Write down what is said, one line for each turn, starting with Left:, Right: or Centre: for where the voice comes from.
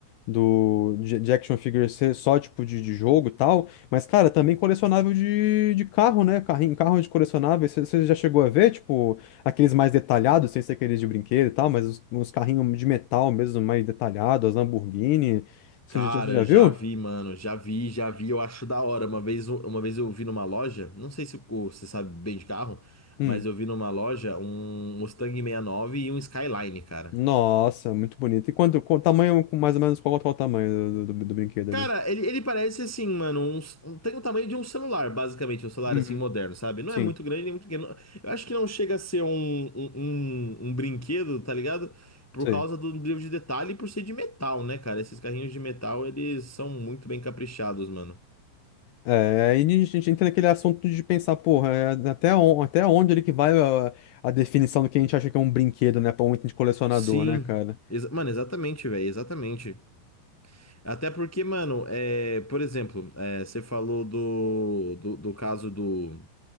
Left: do de, de action figure ser só tipo de, de jogo e tal, mas, cara, também colecionável de, de carro, né? Carrinho, carro de colecionável. Você você já chegou a ver, tipo, aqueles mais detalhados, sem ser aqueles de brinquedo e tal, mas os, os carrinhos de metal mesmo, mais detalhados, as Lamborghini. Você
Centre: Cara,
Left: já, já já
Centre: eu
Left: viu?
Centre: já vi, mano, já vi, já vi, eu acho da hora. Uma vez, uma vez eu vi numa loja, não sei se o- você sabe bem de carro,
Left: Hum.
Centre: mas eu vi numa loja um Mustang 69 e nove e um Skyline, cara.
Left: Nossa, muito bonito. E quanto, qual tamanho, mais ou menos, qual, qual o tamanho do, do do brinquedo
Centre: Cara,
Left: ali?
Centre: ele, ele parece assim, mano, um s- um- tem o tamanho de um celular, basicamente, um celular
Left: Uhum.
Centre: assim moderno, sabe? Não
Left: Sim,
Centre: é muito grande, nem muito pequeno. Eu acho que não chega a ser um, um, um, um brinquedo, tá ligado? Por
Left: sei.
Centre: causa do nível de detalhe e por ser de metal, né, cara? Esses carrinhos de metal, eles são muito bem caprichados, mano.
Left: É, aí a gente entra naquele assunto de pensar, porra, é, até, on- até onde ele que vai a, a definição do que a gente acha que é um brinquedo, né? Pra um item de colecionador,
Centre: Sim,
Left: né, cara?
Centre: exa- mano, exatamente, velho, exatamente. Até porque, mano, é, por exemplo, é, você falou do, do, do caso do